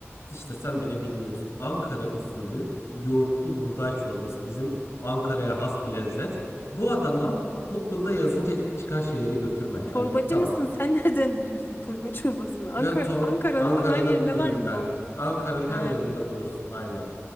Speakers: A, on the left; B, on the left.
A: İşte sen bile bilmiyorsun. Ankara usulü yoğurtlu buğday çorbası. Bizim Ankara'ya has bir lezzet. Bu adama
B: Allah Allah.
A: Google'da yazınca ilk çıkan şeyleri götürme.
B: Çorbacı
A: Hani tamam.
B: mısın? Sen <laughs> nereden biliyorsun toyga çorbasını? Ankara,
A: Ya to
B: Ankara'nın
A: Ankara'da
B: her yerinde
A: büyüdüm
B: var mı
A: ben.
B: bu?
A: Ankara'nın her
B: He,
A: yerinde bulursun. Aynen.